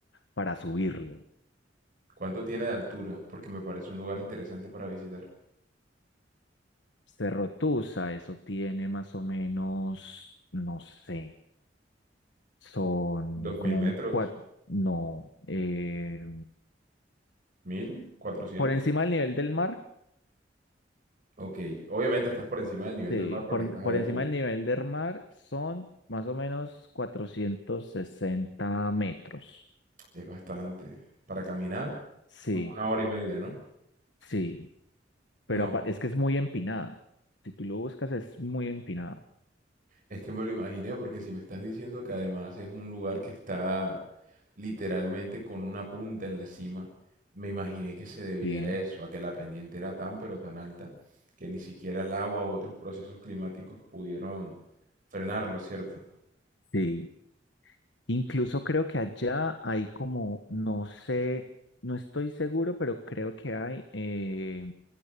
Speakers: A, on the left; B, on the right.
A: para subirlo.
B: ¿Cuánto tiene de altura? Porque me parece un lugar interesante para visitar.
A: Cerrotusa, eso tiene más o menos, no sé, son
B: ¿Dos mil
A: como
B: metros?
A: cuatro, no, eh,
B: ¿Mil? ¿Cuatrocientos?
A: por encima del nivel del mar.
B: Ok, obviamente estás por encima del nivel
A: Sí,
B: del mar porque
A: por,
B: estás allá
A: por
B: arriba.
A: encima del nivel del mar son más o menos 460 metros.
B: Es bastante. Para caminar,
A: Sí,
B: como una hora y media, ¿no?
A: sí, pero
B: No,
A: apa- es que es muy empinada. Si tú lo buscas, es muy empinada.
B: es que me lo imaginé porque si me estás diciendo que además es un lugar que está literalmente con una punta en la cima, me imaginé que se debía
A: Sí,
B: a eso, a que la pendiente era tan pero tan alta que ni siquiera el agua u otros procesos climáticos pudieron frenarlo, ¿cierto?
A: sí. Incluso creo que allá hay como, no sé, no estoy seguro, pero creo que hay, eh,